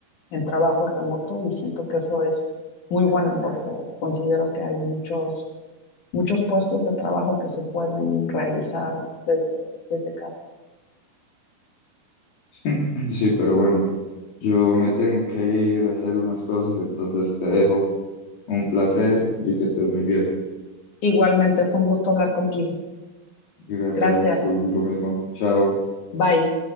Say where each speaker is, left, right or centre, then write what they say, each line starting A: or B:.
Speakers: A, on the left; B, on the left.
A: en trabajo remoto y siento que eso es muy bueno porque considero que hay muchos, muchos puestos de trabajo que se pueden realizar desde, desde casa.
B: <clears throat> Sí, pero bueno, yo me tengo que ir a hacer unas cosas, entonces te dejo. Un placer y que estés muy bien.
A: Igualmente fue un gusto hablar contigo.
B: Gracias,
A: Gracias.
B: lo lo mismo. Chao.
A: Bye.